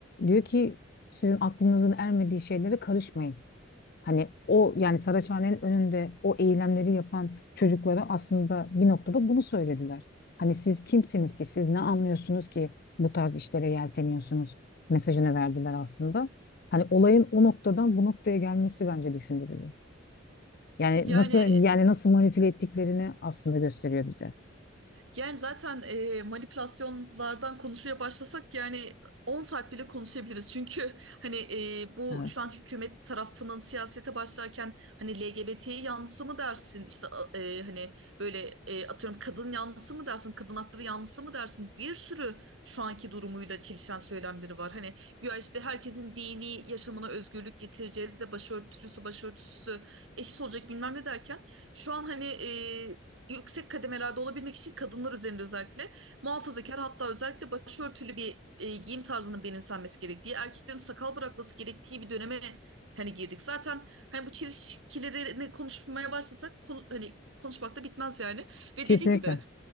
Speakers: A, on the left; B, on the right.
A: diyor ki sizin aklınızın ermediği şeylere karışmayın. Hani o yani Saraçhane'nin önünde o eylemleri yapan çocuklara aslında bir noktada bunu söylediler. Hani siz kimsiniz ki siz ne anlıyorsunuz ki bu tarz işlere yelteniyorsunuz mesajını verdiler aslında. Hani olayın o noktadan bu noktaya gelmesi bence düşündürücü. Yani
B: Yani
A: nasıl yani nasıl manipüle ettiklerini aslında gösteriyor bize.
B: Yani zaten e, manipülasyonlardan konuşmaya başlasak yani 10 saat bile konuşabiliriz. Çünkü <laughs> hani e, bu
A: Evet.
B: şu an hükümet tarafının siyasete başlarken hani LGBT yanlısı mı dersin? İşte a- e, hani böyle e, atıyorum kadın yanlısı mı dersin? Kadın hakları yanlısı mı dersin? Bir sürü şu anki durumuyla çelişen söylemleri var. Hani güya işte herkesin dini yaşamına özgürlük getireceğiz de başörtüsü başörtüsü eşit olacak bilmem ne derken şu an hani yüksek kademelerde olabilmek için kadınlar üzerinde özellikle muhafazakar hatta özellikle başörtülü bir e, giyim tarzının benimsenmesi gerektiği, erkeklerin sakal bırakması gerektiği bir döneme hani girdik. Zaten hani bu çelişkilerini konuşmaya başlasak konu, hani konuşmak da bitmez yani. Ve
A: Kesinlikle.
B: dediğin gibi